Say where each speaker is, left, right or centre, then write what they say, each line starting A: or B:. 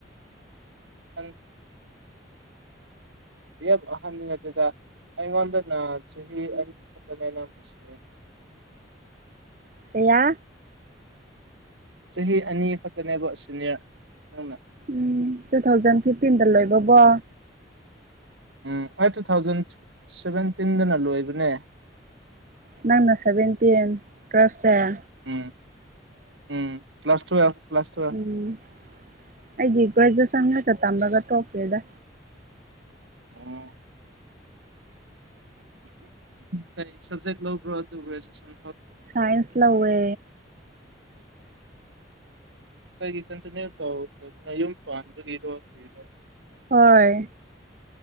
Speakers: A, on the right; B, on the right.
A: ꯎ ꯌꯥꯝ ꯑꯍꯗꯅꯠꯇꯦꯗ ꯑꯩꯉꯣꯟꯗꯅ ꯆꯍꯤ ꯑꯅꯤ ꯐꯛꯇꯅꯦꯅꯝꯃꯁꯤꯦ
B: ꯀꯌꯥ
A: ꯆꯍꯤ ꯑꯅꯤ ꯈꯛꯇꯅꯦꯕ ꯁꯨꯅꯤꯌꯔ ꯅꯪꯅ
B: ꯎꯝ ꯇꯨ ꯊꯥꯎꯖꯟ ꯐꯤꯐꯇꯤꯟꯗ ꯂꯣꯏꯕꯕꯣ
A: ꯎꯝ ꯑꯩ ꯇꯨ ꯊꯥꯎꯖꯟ ꯁꯚꯦꯟꯇꯤꯟꯗꯅ ꯂꯣꯏꯕꯅꯦ
B: ꯅꯪꯅ ꯁꯚꯦꯟꯇꯤꯟ ꯇ꯭ꯨꯋꯦꯜꯐꯁꯦ ꯑ
A: ꯎꯝ ꯎꯝ ꯀ꯭ꯂꯥꯁ ꯇꯨꯋꯦꯜꯐ ꯀ꯭ꯂꯥꯁ ꯇꯨꯋꯦꯜꯐ
B: ꯎꯝ ꯑꯩꯒꯤꯄꯥꯖꯣ ꯆ ꯇꯝꯃꯒ ꯊꯣꯛꯀꯦꯗ
A: ꯑꯣ ꯀꯩ ꯁꯕꯖꯦꯛ ꯂꯧꯕꯣ ꯇ ꯭ꯔꯦꯖꯌꯦꯁꯟ
B: ꯁꯥꯏꯟꯁ ꯂ ꯍꯋꯦ
A: ꯀꯩꯒꯤ ꯀꯟꯇꯅ ꯇꯧꯧꯗꯕꯅ ꯌꯨꯝ ꯄꯥꯟꯕꯒꯤꯔꯣ ꯀꯔꯣ
B: ꯍꯣꯏ